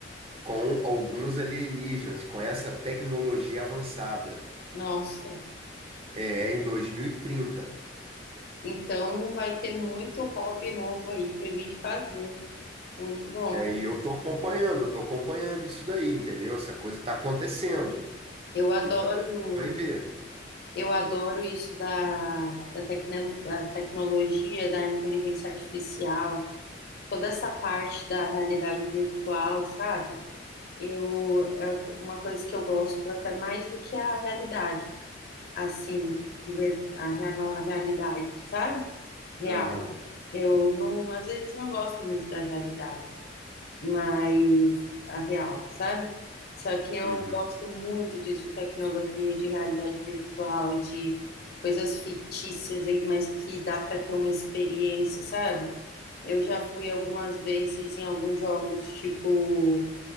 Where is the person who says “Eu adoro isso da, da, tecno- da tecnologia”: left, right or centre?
Left